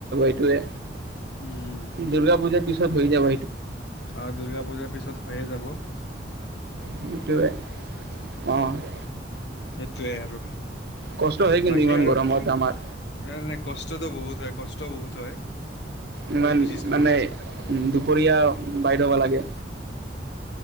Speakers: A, on the right; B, on the left.
A: সেইটোয়ে।
B: উম,
A: দুৰ্গা পুজাৰ পিছত হৈ যাব।
B: অঁ দুৰ্গা পূজাৰ পিছত হৈয়ে যাব।
A: সেইটোৱে অঁ।
B: সেইটোৱে আৰু।
A: কষ্ট হয় কিন্তু
B: বাকী
A: ইমান
B: আৰু
A: গৰমত
B: এনেই
A: আমাৰ
B: কষ্টতো বহুত হয়, কষ্ট বহুত হয়। সেইটো
A: ইমান
B: বুজিছো।
A: মানে দুপৰীয়া- বাহিত শুব লাগে।